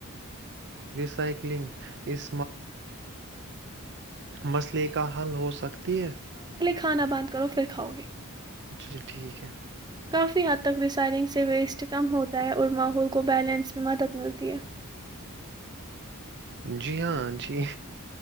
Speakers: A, on the right (about 55°); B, on the right (about 20°).
A: سائکلنگ اس مسئلے کا حل ہو سکتا <inaudible>
B: کانا بند کرو پھر کاؤ گے
A: اچا ٹھیک ہے
B: کافی حد تک ریسائلنگ سے ویسٹ کم ہوتا ہے اور ماحول کو بیلنس میں مدد ملتی ہے
A: جی ہاں جی جی